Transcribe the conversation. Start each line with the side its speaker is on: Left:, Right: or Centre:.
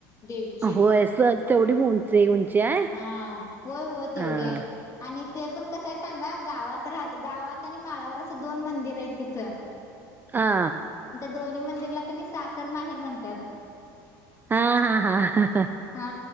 Left: देवीचे
Right: होय सर तेवढी उंची उंची आहे?
Left: हा होय होय तेवढे
Right: हां.
Left: आणि ते पण कसं आहे सांगा गावात राह गावात आणि माळावर असं दोन मंदिर आहे तिथं
Right: आा
Left: दोन्ही मंदिरला क सासर माहेर म्हणतात
Right: हां, हां, हां.
Left: हा